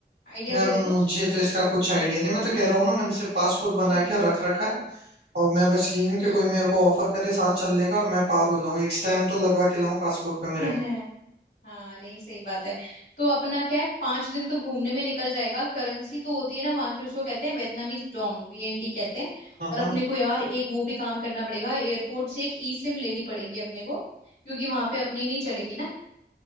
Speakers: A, on the left; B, on the right.
A: आइडिया
B: यार
A: दे
B: मुझे
A: दे कुछ
B: तो इसका कुछ आइडिया नहीं मैं तो कह रहा हूँ ना मैंने सिर्फ पासपोर्ट बना
A: हम्म
B: के और रख रखा है और मैं बस यही हूँ
A: हम्म
B: कि कोई मेरे को ऑफर करे साथ चलने का और मैं पार हो लाऊं एक स्टैम्प तो लगवा के लाऊं पासपोर्ट पे मेरे
A: <laughs> हाँ नहीं सही बात है तो अपना क्या है पांच दिन तो घूमने में निकल जाएगा करेंसी तो होती है ना वहां की उसको कहते हैं Vietnamese Dong वीएनडी कहते हैं
B: हाँ
A: और
B: हाँ।
A: अपने को यार एक वो भी काम करना पड़ेगा एयरपोर्ट से एक ई सिम लेनी पड़ेगी अपने को क्योंकि वहां पे अपनी नहीं चलेगी ना